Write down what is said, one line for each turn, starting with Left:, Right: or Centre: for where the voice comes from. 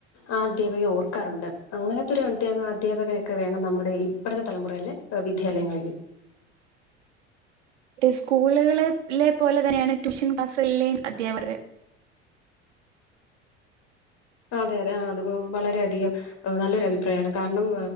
Left: ആ അധ്യാപകയെ ഓർക്കാറുണ്ട് അങ്ങനത്തെ ഒരു അധ്യാപ അധ്യാപകരൊക്കെ വേണം നമ്മുടെ ഇപ്പഴത്തെ തലമുറയില് വിദ്യാലയങ്ങളില്
Right: സ്കൂളുകളെ ലെ പോലെ തന്നെയാണ് ട്യൂഷൻ ക്ലാസ്സുകളിലെയും അധ്യാപകരുടെ
Left: അതെ അതെ ആ അത് വളരെയധികം നല്ലൊരു അഭിപ്രായമാണ് കാരണം